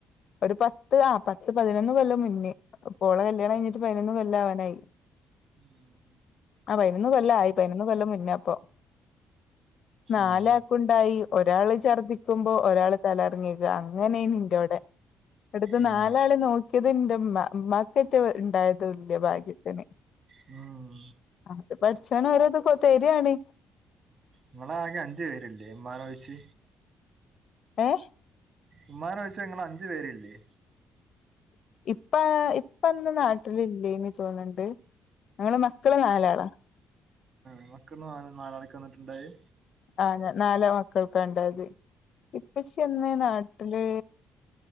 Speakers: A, on the left (about 60°); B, on the right (about 50°).
A: ഒരു പത്ത് ആ ഹ പത്ത് പതിനൊന്ന് കൊല്ല മുന്നേ ഓളെ കല്യാണം കയിഞ്ഞിട്ട് പതി നൊന്നുകൊല്ലാവനായി
B: ഉം
A: ആഹ പയിനൊന്ന് കൊല്ലായി പയിനൊന്നുകൊല്ലമുന്നാപ്പോ. നാലാക്കു
B: ആഹ്
A: ണ്ടായി ഒരാള് ഛർദ്ദിക്കുമ്പോ ഒരാള് തലറങ്ങി വിക അങ്ങനേനി ഇന്റോടെ അടുത്ത് നാലാളേ
B: ആഹ്
A: നോക്കിയത് ന്റെമ്മ ഉ മ്മാക്കറ്റെ ണ്ടായതല്യ ഭാഗ്യത്തിന്
B: ഉം
A: അത് പഠിച്ചാനോരോത് തെരാണ്
B: ങ്ങളാകെ അഞ്ചേ പേര്ല്ലേ മ്മാനോയിച്ച്
A: ഏഹ
B: ഇമ്മാനോയിച്ചു ഇങ്ങളഞ്ചു പേര്ല്ലേ
A: ഇപ്പാ ഇപ്പന്ന്‌ നാട്ടിലില്ലേനി തോന്ന്‌ണ്ട്‌ ഞങ്ങള് മക്കള് നാലാളാ
B: ങ്ങക്ക് നാല് നാലാക്കെന്നിട്ടുണ്ടായെ
A: ആഹ ഞ നാല്‌ മക്കൾക്കാണ്ടായത് ഇപ്പച്ചിയന്ന് നാട്ടില്